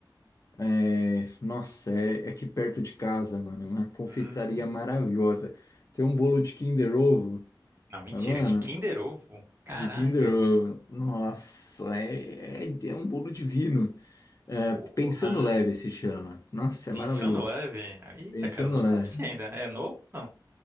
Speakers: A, on the left; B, on the right.
A: é, nossa, é, é aqui perto de casa, mano. é Uma confeitaria
B: Hum,
A: maravilhosa. Tem um bolo de Kinder Ovo,
B: não, mentira,
A: mas, mano,
B: de Kinder Ovo? Caralho,
A: de Kinder Ovo. Nossa, é, é, é um bolo divino. É,
B: porra.
A: Pensando Leve se chama. Nossa,
B: Pensando
A: é maravilhoso.
B: leve. Eita,
A: Pensando
B: cara, eu não
A: Leve.
B: conheci ainda. É novo ou não?